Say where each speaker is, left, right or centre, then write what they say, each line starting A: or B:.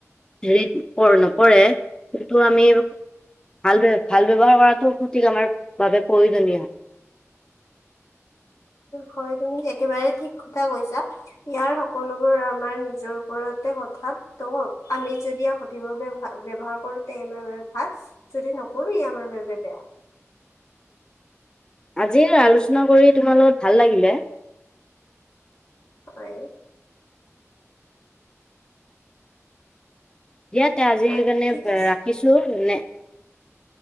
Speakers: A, on the left; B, on the left.
A: হেৰিত নপৰে কিন্ত আমি ভাল ভাল ব্যাৱহাৰ কৰাটো সঠিক আমাৰ বাবে প্ৰয়োজনীয়
B: হয় তুমি একেবাৰে ঠিক কথা কৈছা ইয়াৰ সকলোবোৰ আমাৰ নিজৰ ওপৰতে কথা আমি যদি সঠিকভাৱে ব্যৱহাৰ কৰো তাই আমাৰ বাবে ভাল যদি নকৰো ই আমাৰ বাবে বেয়া
A: আজি আলোচনা কৰি তোমাৰ লগত ভাল লাগিলে
B: হয়।
A: দিয়া তে আজিল
B: অ,
A: কাৰণে
B: ঠিক আছে।
A: ৰাখিছো মে <unintelligible> <unintelligible> <unintelligible>